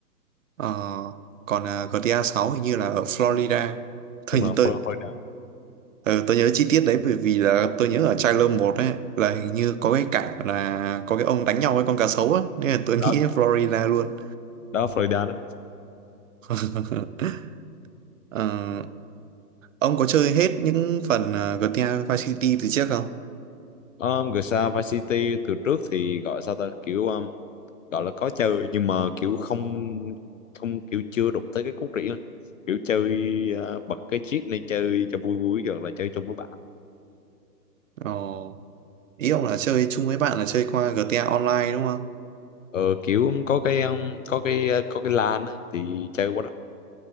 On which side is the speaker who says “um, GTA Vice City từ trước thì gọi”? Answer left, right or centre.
Left